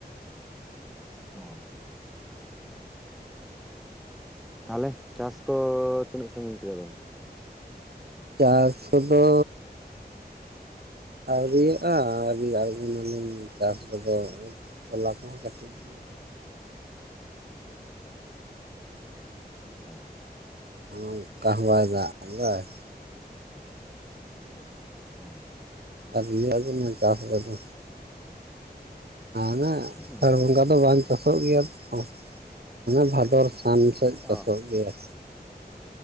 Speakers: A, in the centre; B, on the right (about 70°).
A: ᱦᱮᱸ ᱛᱟᱦᱞᱮ ᱪᱟᱥ ᱠᱚ ᱛᱤᱱᱟᱹᱜ ᱥᱟᱺᱜᱤᱧ ᱠᱮᱫᱟ ᱵᱮᱱ
B: ᱪᱟᱥ ᱠᱚᱫᱚ ᱟᱹᱣᱨᱤᱭᱟᱜᱼᱟ ᱟᱹᱣᱨᱤ ᱟᱬᱜᱚᱱᱟᱞᱤᱧ ᱪᱟᱥ ᱨᱮᱫᱚ ᱛᱚᱞᱟ ᱠᱚᱦᱚᱸ ᱠᱟᱹᱴᱤᱡ ᱜᱮᱭᱟ
A: ᱦᱚᱸ
B: ᱟᱨ ᱚᱱᱠᱟ ᱦᱚᱵᱟᱭ ᱫᱟᱜ ᱟᱫᱟᱭ
A: ᱦᱸᱚ
B: ᱟᱹᱣᱨᱤ ᱞᱤᱧ ᱟᱬᱜᱚᱱᱟ ᱪᱟᱥ ᱨᱮᱫᱚ ᱦᱟᱱᱮ ᱟᱥᱟᱲ
A: ᱚ
B: ᱵᱚᱸᱜᱟ ᱫᱚ ᱵᱟᱝ ᱪᱟᱥᱚᱜ ᱜᱮᱭᱟ ᱛᱚ ᱦᱟᱱᱮ ᱵᱷᱟᱫᱚᱨ ᱛᱷᱟᱱ ᱥᱮᱫ
A: ᱚ
B: ᱪᱟᱥᱚᱜ ᱜᱮᱭᱟ